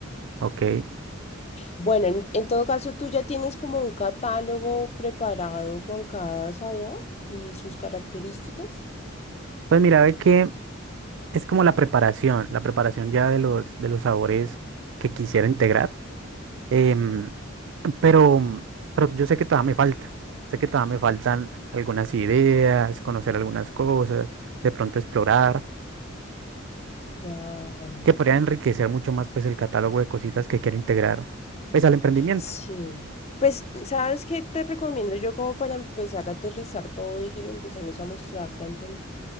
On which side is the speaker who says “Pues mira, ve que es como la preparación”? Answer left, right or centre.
Right